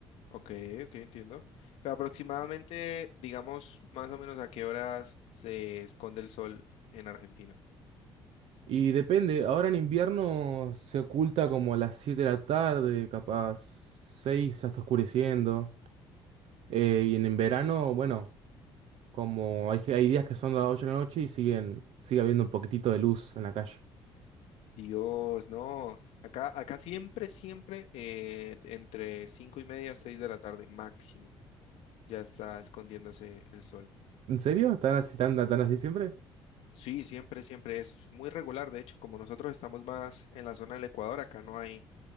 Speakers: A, on the left; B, on the right.
A: Ok, ok, entiendo. Pero aproximadamente, digamos, más o menos a qué horas se esconde el sol en Argentina.
B: Y depende. Ahora en invierno se oculta como a las 7 de la tarde, capaz 6 hasta oscureciendo. Eh, y en, en verano, bueno, como hay, hay días que son las 8 de la noche y siguen, sigue habiendo un poquitito de luz en la calle.
A: Dios, no. Acá, acá siempre, siempre eh, entre cinco y media, seis de la tarde máximo, ya está escondiéndose el sol.
B: ¿En serio? ¿Están así, tan, tan así siempre?
A: Sí, siempre, siempre es muy regular. De hecho, como nosotros estamos más en la zona del Ecuador, acá no hay